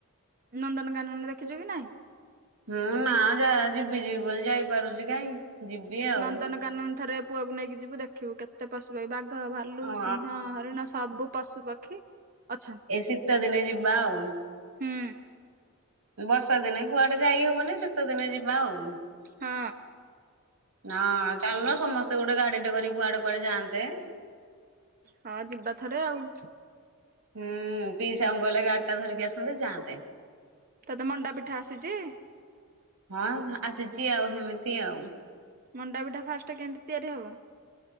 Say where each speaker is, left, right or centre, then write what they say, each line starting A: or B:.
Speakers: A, on the right (about 40°); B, on the right (about 85°).
A: ନନ୍ଦନକାନନ ଦେଖିଚୁ କି ନାଇଁ?
B: ମୁଁ ନା ଜା ଜିବି ଜିବି ବୋଲି ଯାଇ ପାରୁଛି କାଇଁ। ଯିବି ଆଉ।
A: ନନ୍ଦନକାନନ ଥରେ ପୁଅକୁ ନେଇକି ଯିବୁ ଦେଖିବୁ କେତେ ପଶୁ ପା ବା ଘ, ଭାଲୁ
B: ହଁ
A: ସିଂହ ହରିଣ ସବୁ ପଶୁ ପକ୍ଷୀ। ଅଛନ୍ତି
B: ଏ ଶୀତ ଦିନେ ଯିବା ଆଉ।
A: ହୁଁ
B: ବର୍ଷା ଦିନେ କୁଆଡେ ଯାଇ ହବନି ଶୀତ ଦିନେ ଯିବା ଆଉ।
A: ହଁ।
B: ହଁ ଚାଲୁନ ସମସ୍ତେ ଗୋଟେ ଗାଡିଟେ କରି କୁଆଡେ କୁଆଡେ ଯାଆନ୍ତେ।
A: ହଁ ଯିବା ଥରେ ଆଉ।
B: ହୁଁ ପିଇସାଙ୍କୁ କହିଲେ ଗାଡିଟା ଧରିକି ଆସନ୍ତେ ଯାଆନ୍ତେ।
A: ତତେ ମଣ୍ଡା ପିଠା ଆସିଚି।
B: ହଁ ଆସିଚି ଆଉ ହେମିତି ଆଉ।
A: ମଣ୍ଡା ପିଠା ଫାଷ୍ଟ କେମିତି ତିଆରି ହବ।